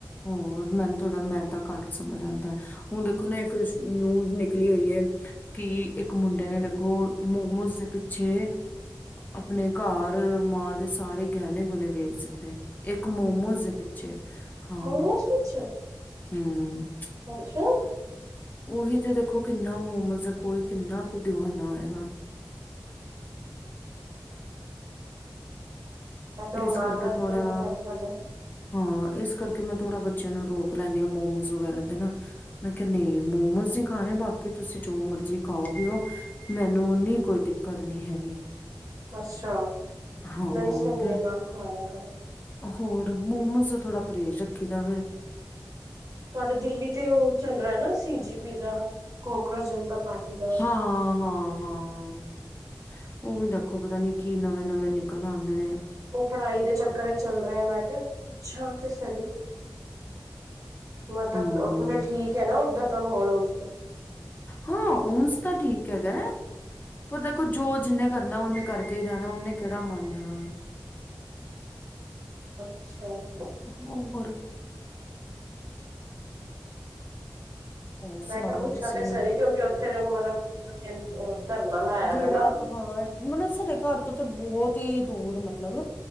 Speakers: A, on the left (about 25°); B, on the right (about 45°).
A: ਹੋਰ ਮੈਨੂੰ ਥੋੜਾ ਮੈਂਦਾ ਘੱਟ ਸਮਝ ਆਉਂਦਾ। ਹੁਣ ਦੇਖੋ ਨਾ ਇੱਕ ਨੂਜ਼ ਨਿਕਲੀ ਹੋਈ ਏ। ਕਿ ਇੱਕ ਮੁੰਡੇ ਨੇ ਦੇਖੋ ਮੋਮੋਸ ਦੇ ਪਿੱਛੇ ਆਪਣੇ ਘਰ ਮਾਂ ਦੇ ਸਾਰੇ ਗਹਿਣੇ- ਗਹੁਣੇ ਵੇਚ ਦਿੱਤੇ। ਇੱਕ ਮੋਮੋਸ ਦੇ ਪਿੱਛੇ। ਹਾਂ
B: ਮੋਮੋਜ ਪਿੱਛੇ?
A: ਹੂੰ।
B: ਅੱਛਾ।
A: ਉਹੀ ਤੇ ਦੇਖੋ ਕਿੰਨਾ ਮੋਮੋਜ਼ ਏ ਕੋਈ ਕਿੰਨਾ ਕੁ ਦੀਵਾਨਾ ਹੈਗਾ।
B: ਇਹ ਤੇ ਹੁਣ
A: ਇਸ
B: ਆਦਤ
A: ਕਰਕੇ ਥੋੜਾ
B: ਤੇ ਡਿਪੈਂਡ ਕਰਦਾ
A: ਹਾਂ ਇਸ ਕਰਕੇ ਮੈਂ ਥੋੜਾ ਬੱਚਿਆਂ ਨੂੰ ਰੋਕ ਲੈਂਦੀ ਹਾਂ ਮੋਮੋਸ ਵਗੈਰਾ ਤੇ ਨਾ। ਮੈਂ ਕਿਹਾ ਨਹੀਂ ਮੋਮੋਸ ਨਹੀਂ ਖਾਣੇ ਬਾਕੀ ਤੁਸੀਂ ਜੋ ਮਰਜੀ ਖਾਓ- ਪੀਓ ਮੈਨੂੰ ਨੀ ਕੋਈ ਦਿ ਕੱਤ ਨੀ ਹੈਗੀ।
B: ਅੱਛਾ
A: ਹਾਂ
B: ਨਹੀਂ ਸਹੀ
A: ਉਹ ਤੇ
B: ਹੈ ਨਾ ਖਵਾਇਆ ਕਰੋ।
A: ਹੋਰ ਮੋਮੋਸ ਤੋਂ ਥੋੜਾ ਪਰਹੇਜ਼ ਰੱਖੀ ਦਾਵੇ।
B: ਤੁਹਾਡੇ ਦਿੱਲੀ ਤੇ ਉਹ ਚੱਲ ਰਿਹਾ ਨਾ ਸੀ ਜੀ ਪੀ ਦਾ ਕੋਕਰੋਚ ਜਨਤਾ ਪਾਰਟੀ ਦਾ
A: ਹਾਂ, ਹਾਂ- ਹਾਂ। ਉਹ ਵੀ ਦੇਖੋ ਪਤਾ ਨੀ ਕੀ ਨਵੇਂ- ਨਵੇਂ ਨਿਕਲ ਆਉਂਦੇ ਨੇ।
B: ਉਹ ਪੜਾਈ ਦੇ ਚੱਕਰ ਇਚ ਚੱਲ ਰਿਹਾ ਮੈਂ ਕਿਹਾ, ਪੁੱਛਾ ਤੇ ਸਹੀ। ਮਤਲਬ
A: ਹਮ
B: ਉੱਥੇ ਤਾਂ ਠੀਕ ਹੈ ਨਾ ਉੱਧਰ ਦਾ ਮਾਹੌਲ ਹਜੇ ਤੇ।
A: ਹਾਂ ਉਂਜ ਤਾਂ ਠੀਕ ਹੈਗਾ। ਪਰ ਦੇਖੋ ਜੋ ਜਿੰਨੇ ਕਰਨਾ ਓਨੇ ਕਰਕੇ ਹੀ ਰਹਿਣਾ ਉਹਨੇ ਕਿਹੜਾ ਮੰਨ ਜਾਣਾ ਏ।
B: ਅੱਛਾ ਜੀ।
A: ਹੋ ਹੋਰ? ਹੋਰ
B: ਮੈਂ
A: ਸੁਣਾਓ
B: ਕਿਹਾ ਪੁੱਛਾਂ
A: ਤੁਸੀਂ
B: ਤੇ ਸਹੀ ਜੋਅ ਜਕ ਮਤਲਬ ਧਰਨਾ ਲਾਇਆ
A: ਜਿਹੜਾ
B: ਵਾ ਨਾ
A: ਹਾਂ ਮਤਲਬ ਸਾਡੇ ਘਰ ਤੋਂ ਤੇ ਬੋਤ ਹੀ ਦੂਰ ਮਤਲਬ,